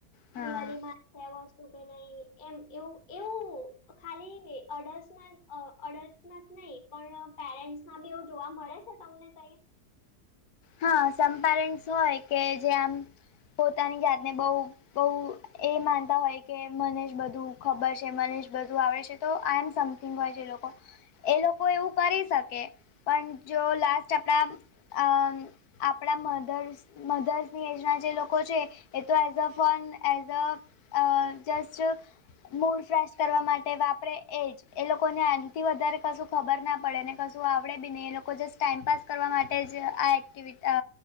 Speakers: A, on the left (about 70°); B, on the left (about 30°).
A: હા
B: દિવાળી માટે વસ્તુ કે નહી એમ એવું એવું ખાલી અડલમાં અડલ્ટમાં નહી પણ પેરેન્ટ્સ માં બી એવું જોવા મળે છે તમને કઈ
A: હા સંપરેન્ટ હોય કે જે આમ પોતાની જાતને બહ બહ એ માનતા હોય કે મનેષ બધું ખબર છે મનેષ બધું આવડે છે તો આઈ એમ સમ હોય જે લોકો એ લોકો એવું કરી શકે પણ જો લાસ્ટ આપણા અ આપણા મધર્સ મધર્સની એજના જે લોકો છે એ તો as a fun as a a just mood fresh કરવા માટે વાપરે એ જ એ લોકોને આનથી વધારે કશું ખબર ના પડે ને કશું આવડે બી નહી એ લોકો જસ્ટ ટાઈમપાસ કરવા માટે જ આ એક્ટિવિ અ